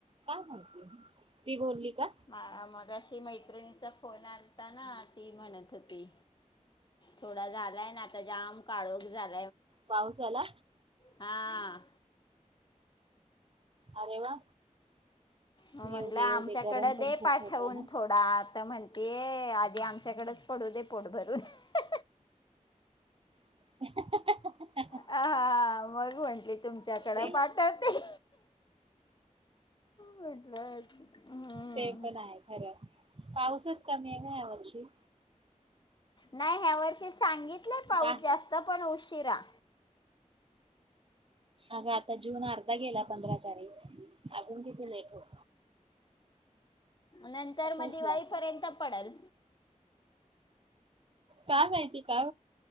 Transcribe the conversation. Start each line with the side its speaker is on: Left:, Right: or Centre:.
Right: काय माहिती ती बोलली का
Left: मार म ्याशी मैत्रिणीचा फोन आता ना ती म्हणत होती थोडा झालाय ना आता जाम काळोख झाला
Right: पाऊस आला
Left: हा
Right: अरे वा
Left: म
Right: येऊ
Left: म्हंटलं
Right: दे
Left: आमच्याकडे
Right: येऊ दे गरम पण
Left: दे
Right: खूप
Left: पाठवून
Right: होतय ना
Left: थोडा आता म्हणतीय आधी आमच्याकडेच पडू दे पट भरू दे
Right: <unintelligible>
Left: हा मग म्हंटली तुमच्याकडे
Right: ते
Left: पाठतते म्हटलं हम्म.
Right: ते पण आहे खरं पाऊसच कमी आहे का या वर्षी
Left: नाही ह्या वर्षी सांगित इ पाऊस
Right: काय
Left: जास्त पणष तेिरा
Right: अगं आता जून अर्धा गेला पंधरा तारीख अजून कितीे लेट होत
Left: नंतर
Right: आताचला
Left: मग दिवाळीपर्यंत पडेल
Right: का माहिती का